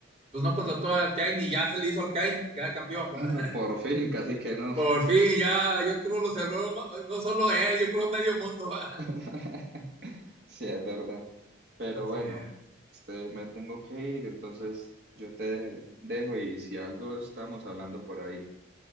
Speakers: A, on the right; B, on the right.
A: pues no contrató a Kane y ya se le hizo al Kane, queda campeón,
B: <laughs>
A: ¿va?
B: por fin, casi que
A: <laughs>
B: no.
A: Por fin, ya, yo creo lo cerró, no solo él, yo creo medio mundo, ¿va? <laughs>
B: <laughs> Sí, es verdad. Pero
A: Así
B: bueno,
A: es.
B: este, me tengo que ir, entonces yo te dejo y si algo estamos hablando por ahí.